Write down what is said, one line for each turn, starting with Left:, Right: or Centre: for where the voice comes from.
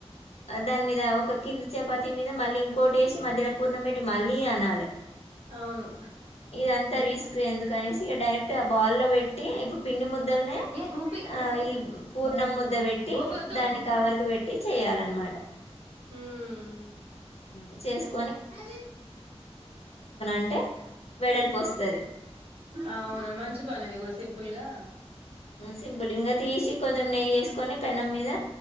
Left: దాని మీద ఒక కింది చపాతి మీద మళ్ళీ ఇంకోటి ఎసీ మధ్యలో పూర్ణం బెట్టి మళ్ళీ అనాలే
Right: అవును
Left: ఇదంతా రిస్క్ ఎందుకనేసి ఇక డైరెక్ట్ గా ఆ బాల్లో పెట్టి పిండి ముద్దనే
Right: ఏ గోపి
Left: ఆ ఈ పూర్ణం ముద్ద పెట్టి
Right: గోపి వద్దు
Left: దాన్ని కవర్కి పెట్టి టి చేయాలన్నమాట
Right: మ్మ్
Left: ఉ చేసుక్
Right: అ
Left: అంటే వెడల్పు వస్తది
Right: అవునా మంచి పని ఇది కూడా సింపుల్గా
Left: సింపుల్ ఇంకా తీసి కొంచం నెయ్యి ఏసి కొని పెనం మీద